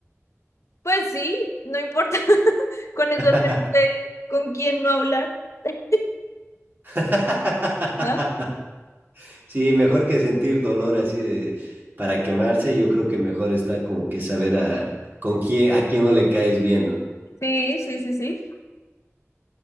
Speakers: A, on the left (about 65°); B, on the right (about 40°).
A: pues sí, no importa. <laughs> Con eso
B: <laughs>
A: al menos sé con quién no hablar. <laughs>
B: <laughs>
A: ¿no?
B: Sí, mejor que sentir dolor así de para quemarse, yo creo que mejor está como que saber a con quién a quién no le caes bien, ¿no?
A: Sí, sí, sí, sí.